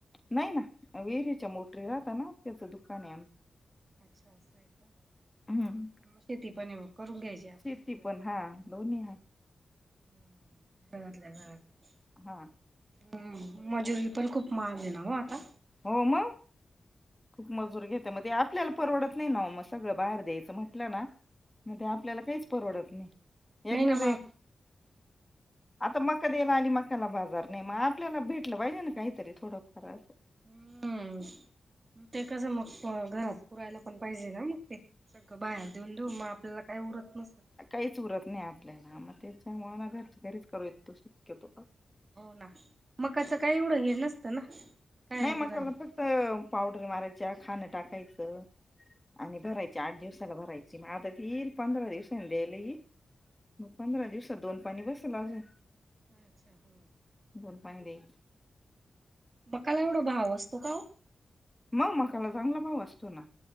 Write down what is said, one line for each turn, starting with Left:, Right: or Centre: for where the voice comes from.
Left: नाही ना. विहिरीच्या मोटरी राहता ना त्याचं दुकान हाय आमचं.
Right: अच्छा. आसं हाय का?
Left: हम्म.
Right: हा मग शेती पणे करून घ्यायची. हे आप
Left: शेती
Right: आपल्या घरात
Left: पण हा दोन्ही आहे
Right: हम. घरातल्या घरात.
Left: हां.
Right: हम्म. मजुरी पण खूप महाग हाय ना ओ आता.
Left: हो‌ मग. खूप मजूरी घेते म ते आपल्याल परवडत नाही ना वो. मग सगळं बाहेर द्यायचं म्हटलं ना. मग ते आपल्याला काहीच परवडत नाही. एकदा
Right: ना मग
Left: ते आता मका द्यायला आली मकाला बाजार नाही मग आपल्याला भेटलं पाहिजे ना काहीतरी थोडं फार असं.
Right: हं. ते कसं मग घरात पुरायला पण पाहिजे ना मग ते. सगळं बाहेर देऊन देऊन मग आपल्याला काय उरत नसतं.
Left: काहीच उरत नाही आपल्याला मग त्याच्यामुळे घर घरीच करू येत तो शक्यतो.
Right: हो ना. मग असं काय एवढं हे नसतं ना. काय
Left: नाही मकाला
Right: त्याला
Left: फक्त पावडर मारायच्या. खाणं टाकायचं. आणि भरायची आठ दिवसाला भरायची. मग आता ती येईल पंधरा दिवसांनी द्यायला येईल. मग पंधरा दिवसांत दोन पाणी बसल अजून.
Right: अच्छा हा.
Left: दोन पाणी दे
Right: मकाला एवढं भाव असतो का हो?
Left: मग मकाला चांगला भाव असतो ना.